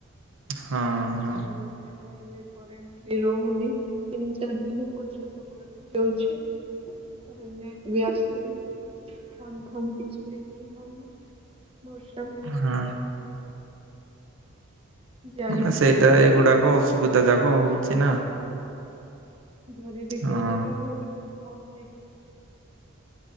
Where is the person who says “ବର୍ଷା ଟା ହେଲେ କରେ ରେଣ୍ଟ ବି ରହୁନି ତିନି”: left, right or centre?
Right